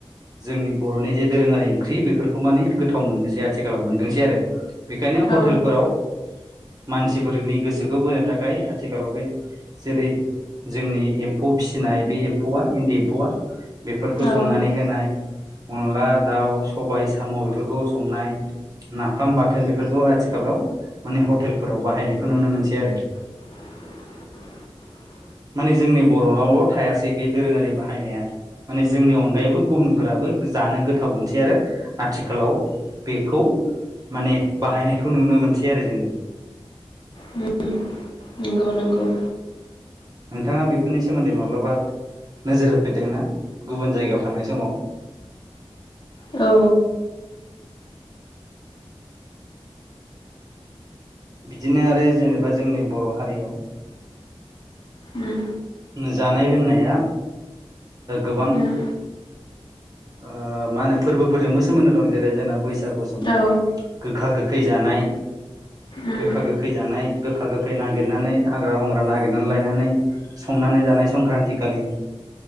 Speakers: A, on the right (about 35°); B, on the left (about 50°).
A: जोंनि बर'नि जे दोरोङारि ओंख्रि बेफोरखौ माने गोथाव मोननोसै आथिखालाव मोनदोंसै आरो बेखायनो
B: औ
A: हटेलफोराव मानसिफोरनि गोसोखौ बोनो थाखाय आथिखालाव बे जेरै जोंनि एम्फौ फिसिनाय बे एम्फौआ इन्दि एम्फौआ बेफोरखौ
B: औ
A: संनानै होनाय अनला दाउ सबाय साम' बेफोरखौ संनाय नाफाम बाथोन बेफोरखौ आथिखालाव माने हटेलफोराव बाहायनायखौ नुनो मोनसै आरो
B: <inaudible>
A: माने जोंनि बर'नावल' थायासै बे दोरोङारि बाहायनाया माने जोंनि अनगायैबो गुबुनफोराबो जानो गोथाव मोनसै आरो आथिखालाव बेखौ माने बाहायनायखौ नुनो मोनसै आरो जोङो
B: उम नंगौ नंगौ
A: नोंथाङा बेफोरनि सोमोन्दै माब्लाबा नोजोर होफेरदोंना गुबुन जायगायाव थांनाय समाव
B: औ
A: बिदिनो आरो जेनेबा जोंनि बर' हारियाव
B: उम
A: जानाय लोंनाया गोबां
B: उम
A: मा होनो फोरबोफोरजोंबो सोमोन्दो दं जेरै जोंना बैसागु समाव
B: औ
A: गोखा गोखै जानाय
B: उम
A: गोखा गोखै गोखै जानाय गोखा गोखै नागिरनानै हाग्रा बंग्रा नागिरनानै लायनानै संनानै जानाय संक्रान्ति खालि